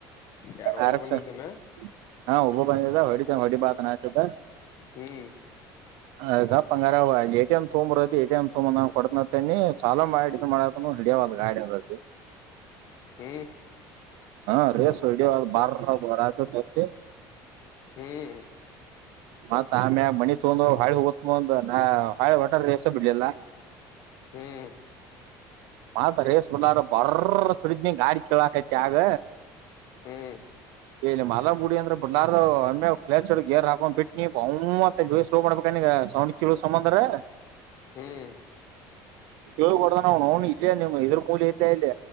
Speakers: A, on the left; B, on the right.
A: ಯಾರೊಬ್ಬ
B: ಆರಸಂ
A: ಬಂದಿದ್ದನ
B: ಹಾ ಒ ಹುಡುಗ ಹೊಡಿ ತ ಹೊಡಿ ತ ಸನತಿದ್ದ
A: ಹ್ಮ್
B: ಅ ಗ ಬಂಗಾರ ಎಟಿ ಎಂ ತಗಂಬರಐತಿ ಎ ಟಿ ಎಂ ತಂಬ ಕೊಡ್ತನನೆ ಚಾಲ ಮಾಡ ಮಾಡತ ಹಿಯವ ಗಾಡಿ ಅದತಿ
A: ಹ್ಮ್
B: ಹಾ ರೇಸ್ ಹೊಡ ಬರ್ರ ಬರತಿ ಚಕ್ಕೆ
A: ಹ್ಮ್
B: ಮತ್ತ ಆಮ್ಯ ಮಣಿ ತೊಗೊಂಡ ಹಾಳ ಹುತ್ ಮಂಜಮ್ಮಹಾಳು ಹೋಟೆಲ್ ಎಸ್ ಬಿಡ್ಲಿಲ್ಲ.
A: ಹ್ಮ್
B: ಮಾತ ರೇಸ್ ಹುಲ್ಲಾರ ಬರ್ರ್ ಸರಿ ನೀ ಹಾಡು ಕೇಳಕ್ ಕತ್ತಿಯ ಹಾಗ
A: ಹ್ಮ್
B: <inaudible> ಏ ನಿ ಮಲ ಗುಡಿ ಅಂದ್ರೆ ಬಿಡ್ಲಾರು ಅಂದ ಅತ್ಯಾಚಳಿ, ಏ ರಾಗನ್ ಬಿಟ್ಟ ನೀ ಬ <unintelligible> ಮ ಜೋ ಸಲೋ ಮಾಡ್ಬೇಕ ನೀ ಈಗ ಸೌಂಡ್ ಕೇಳೂ ಸಂಬಂದ್ರೆ
A: ಹ್ಮ್
B: ಕೇಳ ಕೊಡ್ದ ನ ನೋ ಇಲ್ಲ ನಿಮ್ ಇದ್ರ ಮೂಲೆ ಇಲ ಇಲ್ಲಿ